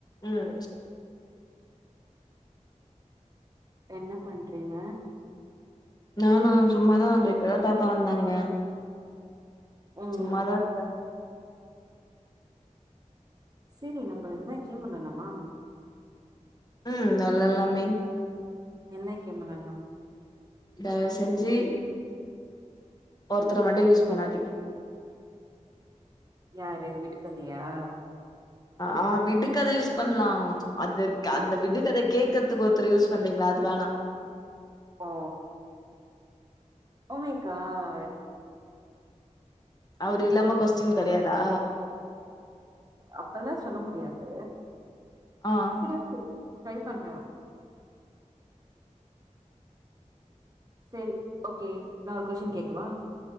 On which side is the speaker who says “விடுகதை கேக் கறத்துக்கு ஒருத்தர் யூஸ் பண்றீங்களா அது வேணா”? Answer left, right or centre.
Left